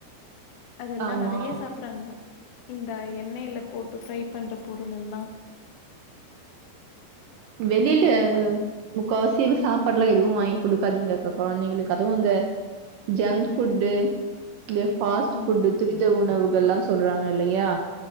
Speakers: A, on the left; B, on the right.
A: அதெல்லா
B: ஆமா
A: நறைய சாப் பறாங்க இந்த எண்ணெயில போட்டு ஃப்ரை பண்ற பொருள் எல்லா
B: வெளியில
A: அ
B: முக்காவாசி சாப் பாடுலா எதுவு வாங்கி குடுக்காதீங்கக்கா கொழந்தைங்களுக்கு அதுவு அந்த ஜங்க் ஃபுட்டு இந்த ஃபாஸ்ட்
A: ஆமா.
B: ஃபுட் டு துரித உணவுகல்லா சொல்றாங்க இல்லையா